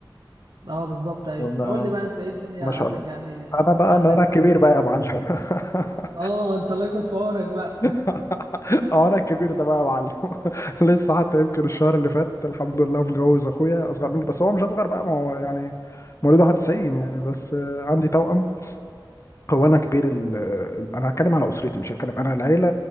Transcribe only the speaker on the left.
وأنا-
ما
شاء الله
انا بقى
انا أنا الكبير بقى يا معلم <laughs>
<laughs> اه انا الكبير ده بقى يا معلم <laughs> لسه حتى يمكن الشهر اللي فات الحمد لله مجوز اخويا اصغر مني بس هو مش اصغر بقى ما هو يعني مواليد 91
يعني بس آه، عندي توأم هو
انا كبير ال... ال- انا هتكلم على اسرتي مش هتكلم انا العيله